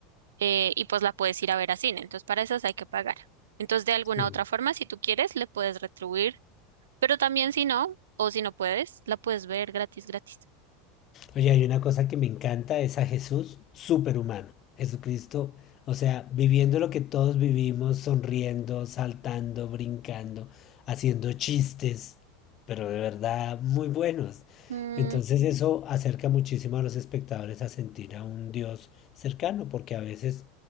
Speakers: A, on the right; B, on the left.
A: eh, y pues la puedes ir a ver a cine. Entonces, para esas hay que pagar. Entonces, de alguna
B: Sí.
A: otra forma, si tú quieres, le puedes retribuir, pero también si no, o si no puedes, la puedes ver gratis, gratis.
B: Oye, hay una cosa que me encanta, es a Jesús superhumano, Jesucristo, o sea, viviendo lo que todos vivimos, sonriendo, saltando, brincando, haciendo chistes, pero de verdad muy buenos.
A: Mm,
B: Entonces eso acerca muchísimo a los espectadores a sentir a un Dios cercano, porque a veces